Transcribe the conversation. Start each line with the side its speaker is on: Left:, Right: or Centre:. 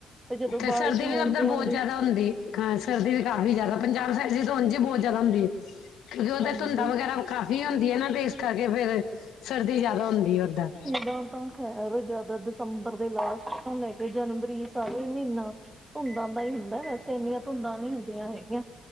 Right: ਜਦੋਂ
Left: ਤੇ
Right: ਬਾਰਿਸ਼
Left: ਸਰਦੀ
Right: ਹੋਣ
Left: ਵੀ ਉੱਧਰ
Right: ਤੇ
Left: ਬਹੁਤ
Right: ਆਉਂਦੀ
Left: ਜ਼ਿਆਦਾ ਹੁੰਦੀ, ਸਰਦੀ ਵੀ ਕਾਫੀ ਜ਼ਿਆਦਾ ਪੰਜਾਬ ਸੈਡ ਚ ਤਾਂ ਉਂਜ ਬਹੁਤ ਜ਼ਿਆਦਾ ਹੁੰਦੀ ਏ, ਕਿਉਂਕਿ ਓਦਰ
Right: ਹਾਂਜੀ
Left: ਧੁੰਦਾਂ ਵਗੈਰਾ ਕਾਫ਼ੀ ਹੁੰਦੀ ਐ ਨਾ ਤੇ ਇਸ ਕਰਕੇ ਫੇਰ ਸਰਦੀ ਜਿਆਦਾ ਹੁੰਦੀ ਐ ਉਧਰ।
Right: ਦਾਂ ਤਾਂ ਖੈਰ ਜਿਆਦਾ ਦਸੰਬਰ ਦੇ ਲਾਸਟ ਤੋਂ ਲੈ ਕੇ ਜਨਵਰੀ ਸਾਰੇ ਈ ਮਹੀਨਾ ਧੁੰਦਾਂ ਦਾ ਈ ਹੁੰਦਾ, ਵੈਸੇ ਇੰਨੀਆਂ ਧੁੰਦਾਂ ਨੀ ਹੁੰਦੀਆਂ ਹੈਗੀਆਂ।